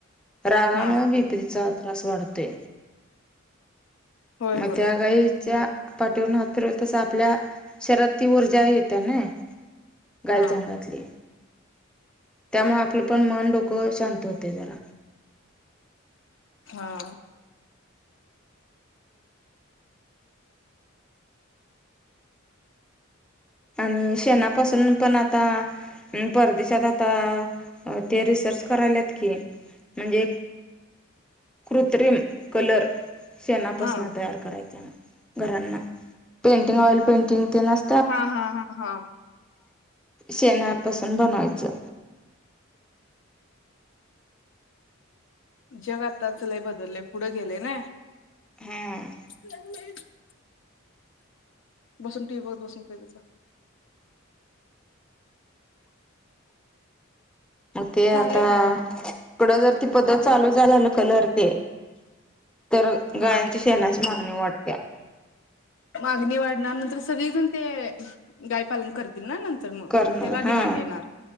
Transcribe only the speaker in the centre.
रागामुळं
बी पी चा त्रास वाढतोय
मग
त्या गाईच्या पाठीवरनं हात फिरवलं तसं आपल्या शरीरात ती ऊर्जा येत्या नाही गाईच्या
अंगातली. त्यामुळं आपलं पण मन डोकं शांत होतंय जरा.
आणि शेणापासून पण आता परदेशात आता ते रिसर्च कराल्यात की म्हणजे कृत्रिम कलर शेणापासनं
तयार करायचा घरांना पेंटिंग ऑइल पेंटिंग तेन अस
शेणापासून बनवायचं.
हम्म.
म ते आता
इकडं जर ती पध्दत चालू झाले कलर ते तर
गायांच्या शेणाची मागणी वाढत्या.
करणार
हा.